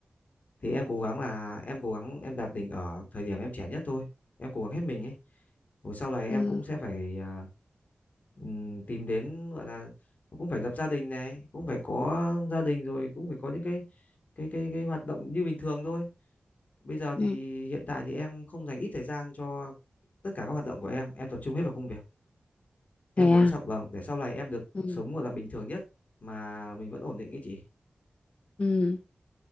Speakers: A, on the left; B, on the left.
A: thì em cố gắng là em cố gắng em đạt đỉnh ở thời điểm em trẻ nhất thôi em cố gắng hết mình ấy rồi sau này
B: Ừ.
A: em cũng sẽ phải à, ừm, tìm đến gọi là cũng phải lập gia đình này cũng phải có gia đình rồi cũng phải có những cái cái cái cái hoạt động như bình thường thôi Bây giờ thì
B: Ừ.
A: hiện tại thì em không dành ít thời gian cho tất cả các hoạt động của em, em tập trung hết vào công việc. Em
B: Thế
A: muốn
B: à?
A: sau vâng để sau này em được
B: Ừ.
A: sống gọi là bình thường nhất mà mình vẫn ổn định ý chị.
B: Ừ.